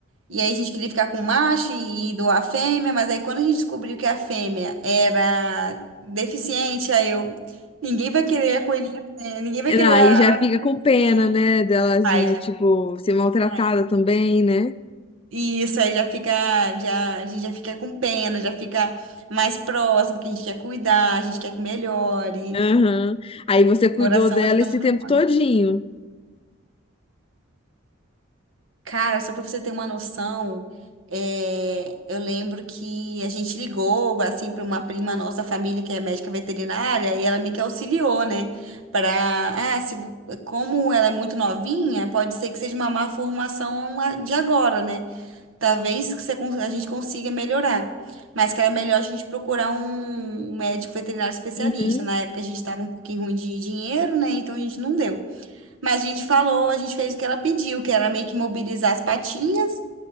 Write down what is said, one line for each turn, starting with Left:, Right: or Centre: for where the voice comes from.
Right: E aí a gente queria ficar com o macho e doar a fêmea, mas aí quando a gente descobriu que a fêmea era deficiente, aí eu, ninguém vai querer a coelhinha, fêmea, ninguém vai querer
Left: Não, aí
Right: a
Left: já
Right: a
Left: fica
Right: deficiente.
Left: com pena, né, delazinha,
Right: Aí já,
Left: tipo, ser maltratada
Right: ai,
Left: também, né?
Right: isso aí já fica, já, a gente já fica com pena, já fica mais próximo, que a gente quer cuidar, a gente quer que melhore.
Left: Aham. Aí você
Right: O
Left: cuidou
Right: coração
Left: dela
Right: vai ficando
Left: esse
Right: mais
Left: tempo todinho.
Right: mole. Cara, só pra você ter uma noção, é, eu lembro que a gente ligou, assim, para uma prima nossa da família que é médica veterinária e ela meio que auxiliou, né? Para, ah, se, como ela é muito novinha, pode ser que seja uma má formação a- de agora, né? Talvez que você cons- a gente consiga melhorar, mas que era melhor a gente procurar um, um médico veterinário especialista.
Left: Uhum.
Right: Na época a gente estava um pouquinho ruim de dinheiro, né? Então a gente não deu. Mas a gente falou, a gente fez o que ela pediu, que era meio que mobilizar as patinhas,